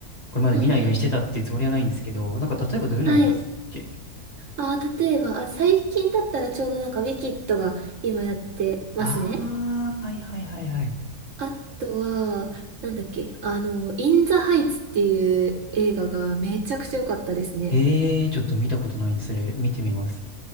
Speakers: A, on the left; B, on the right.
A: これまで見ないようにしてたっていうつもりはないんですけど、
B: うんうん。
A: なんか例えばどういうのありますっけ
B: はい。あ、例えば、あ、最近だったらちょうどなんかウィキッドが今やってますね。
A: ああー、はいはいはいはい。
B: あとは、なんだっけ、あの、イン・ザ・ハイツっていう映画がめちゃくちゃ良かったですね。
A: ええー、ちょっと見たことないんで、それ見てみます。